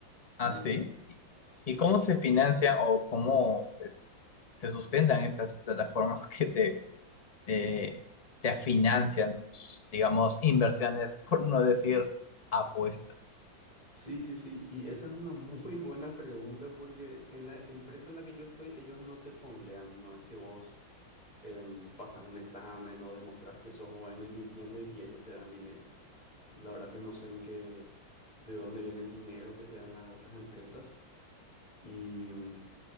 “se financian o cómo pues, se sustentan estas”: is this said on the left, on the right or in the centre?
Left